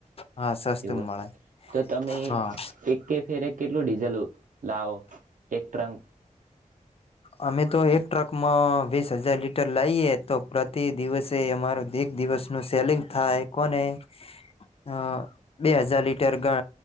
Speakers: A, on the left; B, on the right.
A: હા સસ્તું
B: એવુંય
A: મળે
B: તો તમે
A: હા
B: એક ફેરે કેટલું ડીઝલ લાવો? એક ત્રંગ
A: અમે તો એક ટ્રકમાં વીસ હજાર લીટર લાઈએ. તો પ્રતિ દિવસે અમારો એક દિવસનું સેલિંગ થાય કોને અ બે હજાર લીટર ગઅ